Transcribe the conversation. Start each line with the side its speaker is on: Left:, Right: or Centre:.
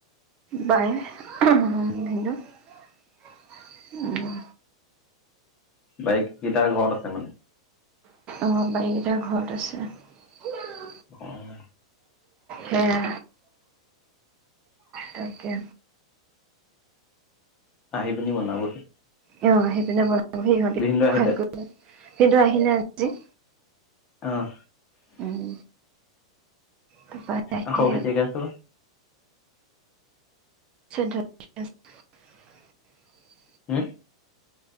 Right: বায়। <unintelligible>
Left: বাই কেইটা ঘৰত আছে মানে।
Right: অঁ বাৰীকেইটাাৰ ঘৰত আছে
Left: অ'
Right: হেয়া। তাকে।
Left: আহি পিনি বনাবহি
Right: অ সেইপিনে বনা <unintelligible> সেই <unintelligible>
Left: ভিনদেউ
Right: খুৱাই
Left: আহিলে
Right: কৰি পেলায় সিটো আহিলে আজি
Left: আহ।
Right: উম তাৰপৰা আহি
Left: অ' খৌ খেতিয়াকে আছো <unintelligible>
Right: <inaudible>
Left: হম?